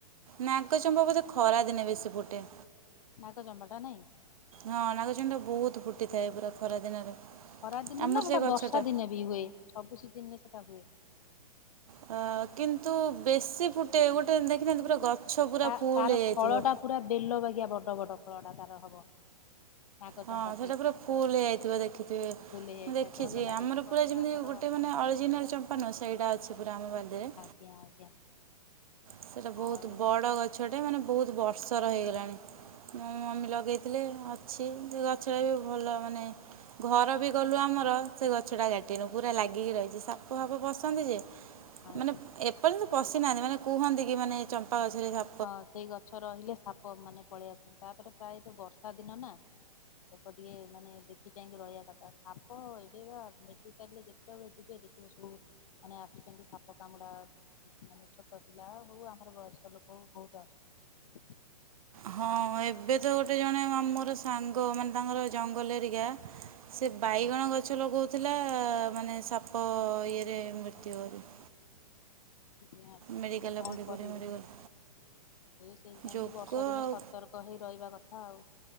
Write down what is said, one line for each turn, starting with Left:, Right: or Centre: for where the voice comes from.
Right: ନାଗଚମ୍ପା ବୋଧେ ଖରା ଦିନେ ବେଶୀ ଫୁଟେ।
Left: ନାଗ ଚ଼ମ୍ପାଟା ନାଇଁ?
Right: ହଁ ନାଗ ଚ଼ମ୍ପା ଟା ବହୁତ୍ ଫୁଟିଥାଏ ପୁରା ଖରା ଦିନରେ।
Left: ଖରା ଦିନେ
Right: ଆମର
Left: ନା ସେଟା
Right: ସେ ଗଛଟା
Left: ବର୍ଷା ଦିନେ ବି ହୁଏ ସବୁ ସିଜିନ୍ ରେ ସେଟା ହୁଏ।
Right: ଅ କିନ୍ତୁ ବେଶୀ ଫୁଟେ ଗୋଟେ ଦେଖିଥାନ୍ତି ପୁରା ଗଛ ପୁରା
Left: ତା
Right: ଫୁଲ
Left: ତାର
Right: ହେଇଯାଇଥିବ।
Left: ଫଳ ଟା ପୁରା ବେଲ ବାଗିଆ ବଡ ବଡ ଫଳ ଟା ତାର ହବ। ନାଗ
Right: ହଁ
Left: ଚମ୍ପା
Right: ସେଇଟା ପୁରା ଫୁଲ ହେଇଯାଇଥିବ ଦେଖୁଥିବେ।
Left: ଫୁଲି ଯାଇଥାଏ
Right: ମୁଁ ଦେଖିଛି
Left: ଭଲ ଲାଗେ
Right: ଆମର
Left: ସେ ଗଛ
Right: ପୁରା ଯେମିତି
Left: ଆମର
Right: ଗୋଟେ ମାନେ ଅରିଜିନାଲ ଚମ୍ପା ନୁହଁ ସେଇଟା ଅଛି ପୁରା ଆମ ବାଡିରେ।
Left: ଆଜ୍ଞା ଆଜ୍ଞା।
Right: ସେଇଟା ବହୁତ୍
Left: ଆଉ
Right: ବଡ଼ ଗଛଟେ ମାନେ ବହୁତ୍ ବର୍ଷର ହେଇଗଲାଣି। ମୋ ମମି ଲଗେଇଥିଲେ ଅଛି ସେ ଗଛ ଟା ବି ଭଲ ମାନେ ଘର ବି କଲୁ ଆମର ସେ ଗଛଟା କାଟିନୁ ପୁରା ଲାଗିକି ରହିଛି ସାପ ଫାପ ପସନ୍ତି ଯେ
Left: ଆଜ୍ଞା।
Right: ମାନେ ଏପର୍ଯ୍ୟନ୍ତ ପଶି ନାହାଁନ୍ତି ମାନେ କୁହନ୍ତି କି ମାନେ ଚମ୍ପା ଗଛରେ ସା
Left: ହଁ ସେଇ ଗଛ ରହିଲେ ସାପ ମାନେ ପଳେଇ ଆସନ୍ତି ତାପରେ ପ୍ରାୟ ଏବେ ବର୍ଷା ଦିନ ନା ଲୋକ ଟିକେ ମାନେ ଦେଖି ଚାହିଁକି ରହିବା କଥା ସାପ ଏବେ ବା ମେଡି କାଲରେ ଯେତେବେଳେ ଯିବେ ଦେଖିବ ସବୁ ମାନେ ଆସୁଛନ୍ତି ସାପ କାମୁଡା ମାନେ ଛୋଟ ପିଲା ହଉ ଆମର ବୟସ୍କ ଲୋକ ହଉ ବହୁତ୍ ଆସୁଛନ୍ତି।
Right: ହଁ ଏବେ ତ ଗୋଟେ ଜଣେ ମୋର ସାଙ୍ଗ ମାନେ ତାଙ୍କର ଜଙ୍ଗଲ ଏରିକା ସେ
Left: ଆସୁଛନ୍ତି
Right: ବାଇଗଣ ଗଛ ଲଗଉଥିଲା ମାନେ ସାପ ଇଏରେ ମୃତ୍ୟୁ <unintelligible>
Left: କଣ
Right: ମେଡ଼ିକାଲରେ ପଡ଼ି
Left: କରିବେ
Right: ପଡ଼ି ମରିଗଲା
Left: ସେଇ ସେଇଥିପାଇଁ
Right: ଯୋଗ
Left: ଟିକେ ବର୍ଷା ଦିନେ
Right: ଆଉ
Left: ସତର ର୍କ ହେଇ ରହିବା କଥା ଆଉ।